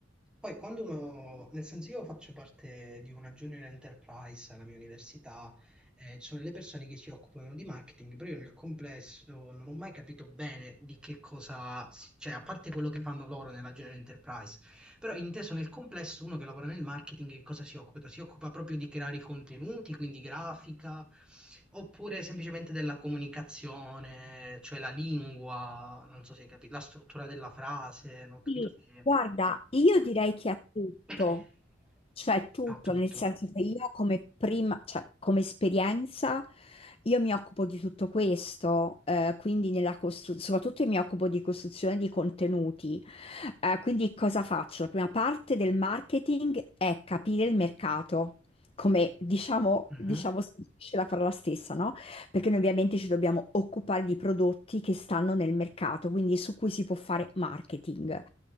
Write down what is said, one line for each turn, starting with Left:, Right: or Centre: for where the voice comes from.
Centre: poi quando uno, nel senso io faccio parte di una junior enterprise alla mia università, eh, ci sono le persone che si occupano di marketing, però io nel complesso non ho mai capito bene di che cosa, si- cioè a parte quello che fanno loro nella junior enterprise, Però inteso nel complesso, uno che lavora nel marketing, che cosa si occupa? Si occupa proprio di creare i contenuti, quindi grafica, oppure semplicemente della comunicazione, cioè la lingua, non so se hai capito, la struttura della frase, non ho capito
Left: Sì,
Centre: se...
Left: Guarda, io direi che ha tutto,
Centre: <coughs>
Left: cioè tutto,
Centre: Ha tutto.
Left: nel senso che io come prima, cioè come esperienza, io mi occupo di tutto questo, eh, quindi nella costru- soprattutto mi occupo di costruzione di contenuti. Eh, quindi cosa faccio? La prima parte del marketing è capire il mercato, come diciamo,
Centre: Mhm.
Left: diciamo, si dice la parola stessa, no? perché noi ovviamente ci dobbiamo occupare di prodotti che stanno nel mercato, quindi su cui si può fare marketing.